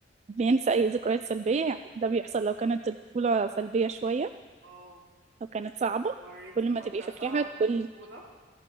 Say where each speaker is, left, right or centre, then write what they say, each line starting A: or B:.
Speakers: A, on the right (about 35°); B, on the right (about 75°).
A: بينسى أي ذكريات سلبية يعني ده بيحصل لو كانت الطفولة سلبية شوية
B: اه
A: لو كانت صعبة
B: مريتي
A: كل
B: بفترة
A: ما تبقي فاكراها
B: صعبة في
A: كل
B: الطفولة